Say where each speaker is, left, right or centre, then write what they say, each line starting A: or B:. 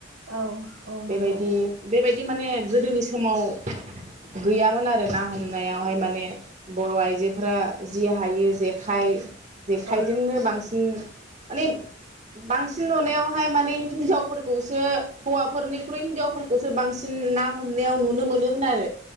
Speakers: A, on the right; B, on the right.
A: औ औ
B: बेबायदि-बेबायदि
A: नंगौ
B: माने गोदोनि समाव। गैयामोन आरो ना हमनायावहाय माने बर' आइजोफोरा जि हायो जेखाइ जेखायजोंनो
A: औ
B: बांस <unintelligible> माने बांसिन नुनायावहाय माने हिनजावफोरखौसो हौवाफोरनिख्रुइ हिनजावफोरखौसो बांसिन ना हमनायाव नुनो मोनो। उमनारो।